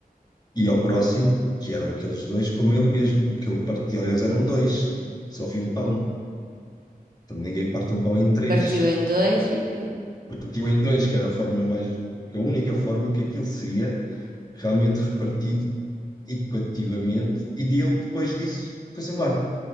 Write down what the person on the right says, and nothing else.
Partiu em dois e deu.